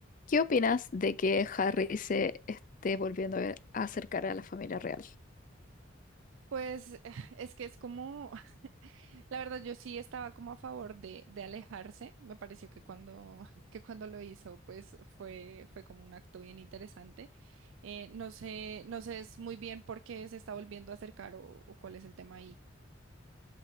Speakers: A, on the left; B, on the right.
A: ¿Qué opinas de que Harry se esté volviendo a acercar a la familia real?
B: Pues <laughs> es que es como, <laughs> la verdad yo sí estaba como a favor de, de alejarse, me pareció que cuando, <laughs> que cuando lo hizo pues fue, fue como un acto bien interesante. Eh, no sé, no sé es muy bien por qué se está volviendo a acercar o, o cuál es el tema ahí.